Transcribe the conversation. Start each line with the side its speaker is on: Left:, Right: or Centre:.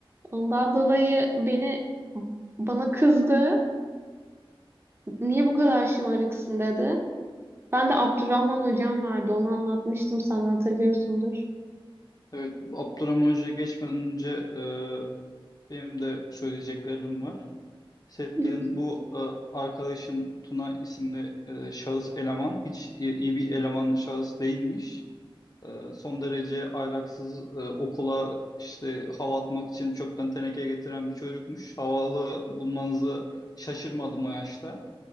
Right: Ondan dolayı beni bana kızdı. Niye bu kadar şımarıksın dedi. Ben de Abdurrahman hocam vardı. Onu anlatmıştım sana hatırlıyorsundur.
Left: Evet, Abdurrahman Hoca'ya geçmeden önce e, benim de söyleyeceklerim var. Senin
Right: <laughs>
Left: bu e, arkadaşın Tuna isimli e, şahıs eleman hiç iyi iyi bir eleman şahıs değilmiş. E, son derece ahlaksız e, okula işte hava atmak için çöpten teneke getiren bir çocukmuş. Havalı bulmanızı şaşırmadım o yaşta.